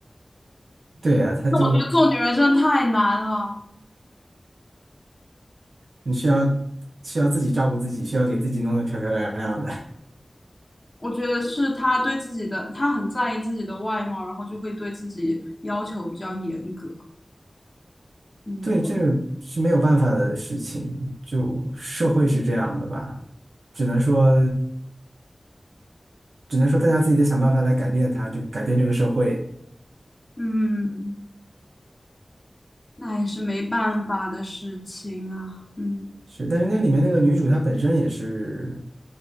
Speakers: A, on the right (about 85°); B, on the left (about 25°).
A: 对啊，她就
B: 那我觉得做女人真的太难了。
A: 你需要需要自己照顾自己，需要给自己弄得漂漂亮亮的，
B: 我觉得是他对自己的，他很在意自己的外貌，然后就会对自己要求比较严格。
A: <laughs>
B: 嗯
A: 对，这个是没有办法的事情，就社会是这样的吧，只能说只能说大家自己得想办法来改变它，就改变这个社会。
B: 嗯。那也是没办法的事情啊。嗯
A: 是，但是那里面那个女主她本身也是，